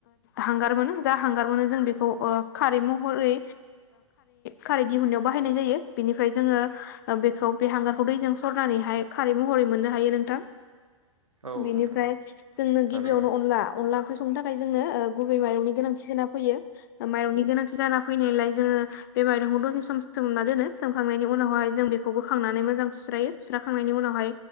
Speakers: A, on the left; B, on the right.
A: हांगार मोनो जा हांगार मोनो जों ओ बेखौ खारै महरै खारै दिहुननायाव बाहायनाय जायो बेनिफ्राय जोङो बेखौ बे हांगार खौ दैजों सरनानैहाय खारै मह रै मोननो हायो नोंथां।
B: औ
A: बेनिफ्राय
B: नोंथां
A: जोंनो
B: थारैनो
A: गिबियावनो अनला अनला ओंख्रि सं नो थाखाय जोंनो ओ गुबै माइरंनि गोनांथि जाना फैयो माइरंनि गोनांथि जाना फैनायलाय जोङो बे माइरंखौ दसे सम सोमना दोनो सोमखांनायनि उनावहाय जों बेखौ बोखांनानै मोजां सुस्रायो सुस्राखांनायनि उनावहाय